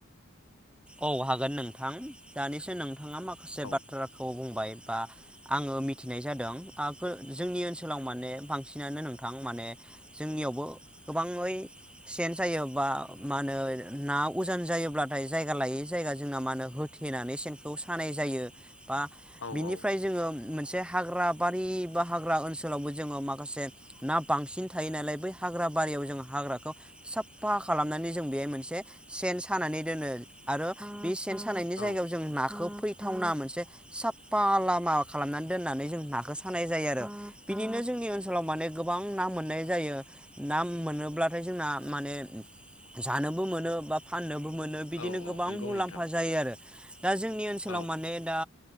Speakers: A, in the centre; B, on the left.
A: औ हागोन नोंथां दानिसो नोंथाङा माखासे
B: औ
A: बाथ्राखौ बुंबाय बा, आङो मिथिनाय जादों, आ फोर जोंनि ओनसोलाव माने बांसिनानो नोंथां माने जोंनियावबो गोबाङै सेन सायो बा मा होनो ना उजान जायोब्लाथाय, जायगा लायै जायगा जोंना मा होनो होथेनानै सेनखौ सानाय जायो। बा
B: औ
A: बिनिफ्राय
B: औ
A: जोङो मोनसे, जे हाग्राबारि बा हाग्रा ओनसोलावबो जोङो माखासे, ना बांसिन थायो नालाय बै, हाग्रा बारियाव जों हाग्राखौ साफा खालामनानै जों बेहाय मोनसे सेन सानानै दोनो, आरो बिस सेन सानायनि जायगायाव
B: औ
A: जों नाखौ फै, थावना मोनसे साफा लामा खालामनानै दोननानै जों नाखौ सानाय जायो आरो बिदिनो जोंनि ओनसोलाव माने गोबां ना मोननाय जायो ना मोनोब्लाथाय जोंना माने, जानोबो मोनो बा फाननोबो मोनो, बिदिनो
B: औ
A: गोबां
B: औ नंगौ
A: मुलाम्फा
B: नोंथां
A: जायो आरो बुजियाखै दा जोंनि ओनसोलाव
B: औ
A: माने दा,